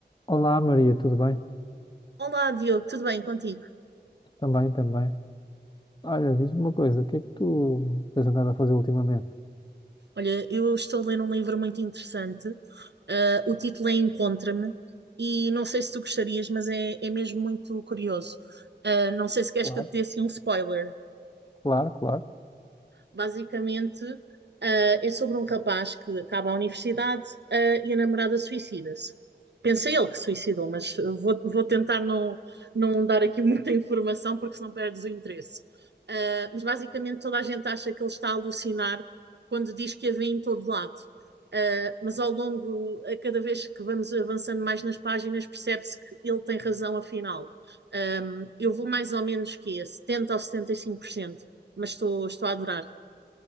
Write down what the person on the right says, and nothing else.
Olá, Diogo, tudo bem contigo?
Olha, eu estou a ler um livro muito interessante. Ah, o título é Encontra-me e não sei se tu gostarias, mas é, é mesmo muito curioso. Ah, não sei se queres
que eu te dê assim um spoiler.
basicamente uh, é sobre um rapaz que acaba a universidade uh, e a namorada suicida-se. Pensa ele que se suicidou, mas vou, vou tentar não, não dar aqui muita informação porque senão perdes o interesse. Uh, mas basicamente toda a gente acha que ele está a alucinar quando diz que a vê em todo lado. Uh, mas ao longo, a cada vez que vamos avançando mais nas páginas, percebe-se que ele tem razão, afinal. Um, eu vou mais ou menos que a 70% ou 75%, mas estou, estou a adorar.